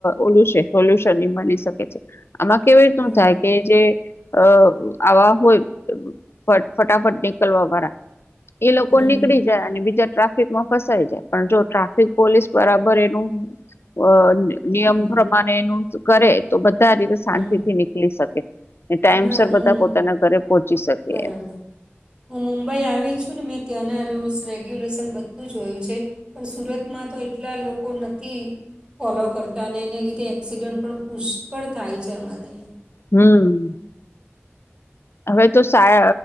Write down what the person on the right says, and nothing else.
બરાબર
હમ
હમ
હમ
ના હું
મું-
બરાબર.
હું મુંબઈ આવી છું ને મેં ત્યાંના રૂલ્સ રેગ્યુલેશન બધું જોયું છે. પણ સુરતમાં તો એટલા લોકો નથી ફોલો કરતા અને એને લીધે એક્સિડન્ટ પણ પુષ્કળ થાય છે અમારે અહીંયા.